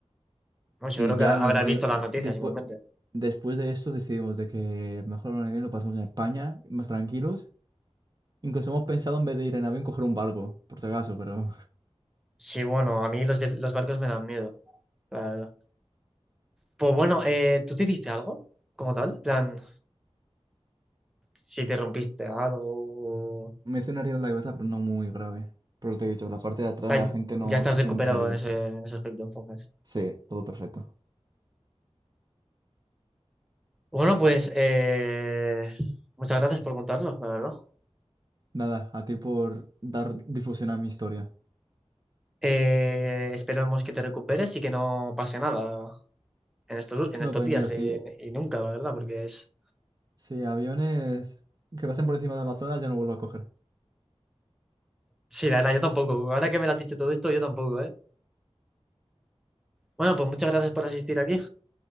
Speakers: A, in the centre; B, on the right.
A: Bueno, seguro
B: Y
A: que
B: ya
A: ahora
B: nos
A: habrá
B: decidimos,
A: visto las noticias
B: después,
A: igualmente.
B: después de esto decidimos de que mejor un avión lo pasamos en España, más tranquilos. Incluso hemos pensado en vez de ir en avión coger un barco, por si acaso, pero <laughs>
A: Sí, bueno, a mí los, ves- los barcos me dan miedo, la verdad. Pues bueno, eh, ¿tú te hiciste algo como tal? En plan, si te rompiste algo. o-
B: me hice una herida en la cabeza, pero no muy grave. Por lo que te he dicho, la parte de atrás
A: Ay,
B: la gente no
A: ya estás
B: sufre
A: recuperado
B: muchas heridas.
A: en ese, en ese aspecto, entonces.
B: Sí, todo perfecto.
A: Bueno, pues eh, muchas gracias por contarlo, la verdad.
B: Nada, a ti por dar difusión a mi historia.
A: Eh, esperemos que te recuperes y que no pase nada en estos, en
B: No,
A: estos
B: tranquilo,
A: días
B: si,
A: y, y nunca, la verdad, porque es...
B: si aviones que pasen por encima del Amazonas ya no vuelvo a coger.
A: Sí, la verdad, yo tampoco. Ahora que me lo has dicho todo esto, yo tampoco, ¿eh? Bueno, pues muchas gracias por asistir aquí.